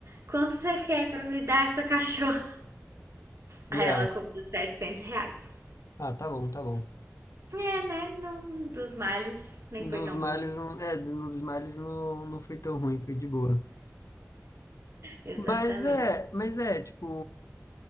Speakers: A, on the right; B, on the left.
A: Quanto você quer pra me dar essa cachorra?
B: E
A: Aí
B: ela?
A: ela cobrou 700 reais.
B: Ah, tá bom, tá bom.
A: É, né? Não, dos males nem
B: Um
A: foi
B: Dos
A: tão
B: males,
A: ruim.
B: não- é, um dos males não, não foi tão ruim, foi de boa.
A: Exatamente.
B: Mas é, mas é, tipo.